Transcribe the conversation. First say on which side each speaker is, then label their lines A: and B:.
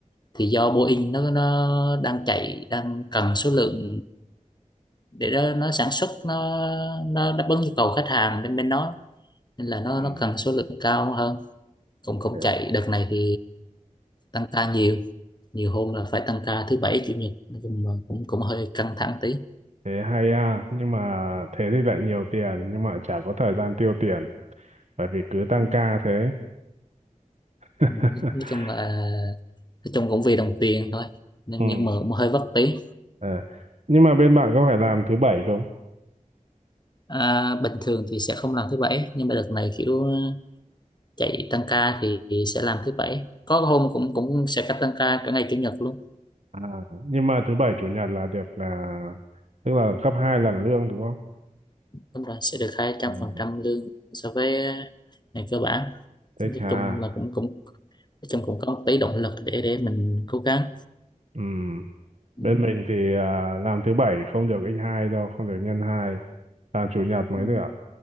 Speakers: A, on the left; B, on the right.
A: thì do Boeing nó nó đang chạy đang cần số lượng để đó nó sản xuất nó nó đáp ứng nhu cầu khách hàng bên bên nó nên là nó
B: Ừ.
A: nó cần số lượng cao hơn cũng cũng
B: Thế.
A: chạy đợt này thì tăng ca nhiều nhiều hôm là phải tăng ca thứ bảy chủ nhật nói chung là cũng cũng hơi căng thẳng tí
B: thế hay à nhưng mà thế thì lại nhiều tiền nhưng mà chả có thời gian tiêu tiền bởi vì cứ tăng
A: Ừ,
B: ca thế <laughs>
A: ừ, nói chung là nói chung cũng vì đồng tiền thôi nên
B: ừ.
A: nhưng mà cũng hơi vất tí
B: Ờ. nhưng mà bên bạn có phải làm thứ bảy không
A: à, bình thường thì sẽ không làm thứ bảy nhưng mà đợt này kiểu chạy tăng ca thì sẽ làm thứ bảy có hôm cũng cũng sẽ cắt tăng ca cả ngày chủ nhật luôn
B: À, nhưng mà thứ bảy chủ nhật là được là tức là gấp hai lần lương đúng không?
A: đúng rồi sẽ được hai trăm
B: Ừ.
A: phần trăm lương so với ngày cơ bản
B: Thế
A: nói
B: chà.
A: chung là cũng cũng nói chung cũng có một tí động lực để để mình cố gắng
B: Ừ.
A: Ừ,
B: Bên mình thì à, làm thứ bảy không được x 2 đâu, không được nhân hai, Làm chủ nhật mới
A: ừ,
B: được.